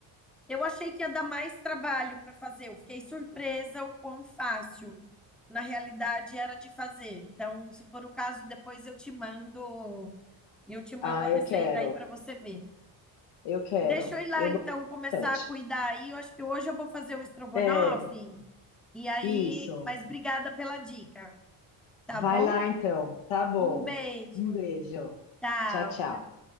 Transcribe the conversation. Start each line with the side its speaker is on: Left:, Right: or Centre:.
Centre: Eu achei que ia dar mais trabalho para fazer. Eu fiquei surpresa o quão fácil, na realidade, era de fazer. Então, se for o caso, depois eu te mando, eu te mando
Left: Ah,
Centre: a receita
Left: eu quero,
Centre: aí para você ver.
Left: eu quero,
Centre: Deixa eu ir lá,
Left: eu
Centre: então,
Left: gosto
Centre: começar
Left: bastante.
Centre: a cuidar aí. Eu acho que hoje eu vou fazer o estrogonofe.
Left: É,
Centre: E aí,
Left: isso.
Centre: mas obrigada pela dica, tá
Left: Vai
Centre: bom?
Left: lá então, tá bom.
Centre: Um beijo.
Left: Um beijo.
Centre: Tchau.
Left: Tchau, tchau.